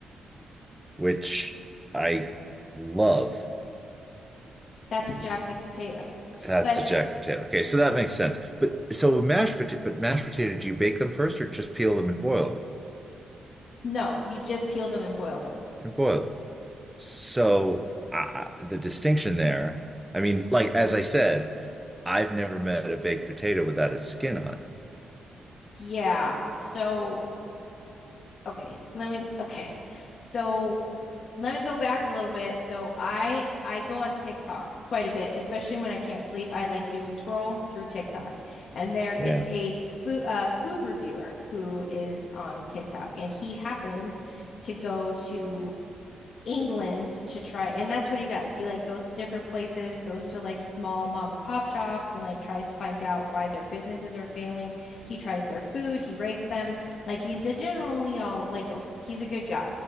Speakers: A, in the centre; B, on the left (about 50°).
A: Which I love.
B: That's a jacket potato.
A: That's
B: But
A: a jack potato. Okay, so that makes sense. But so mashed potato, but mashed potato, do you bake them first or just peel them and boil them
B: no, you just peel them and boil them.
A: and boil them? So uh, the distinction there, I mean, like as I said, I've never met a baked potato without its skin on.
B: Yeah. So, okay. Let me <laughs> okay. So, let me go back a little bit. So, I I go on TikTok quite a bit, especially when I can't sleep. I like doom scroll through TikTok. And there is
A: Yeah.
B: a food uh, food reviewer who is on TikTok and he happened to go to England to try and that's what he does. He like goes to different places, goes to like small mom and pop shops and like tries to find out why their businesses are failing. He tries their food, he rates them. Like he's a generally all like a, he's a good guy.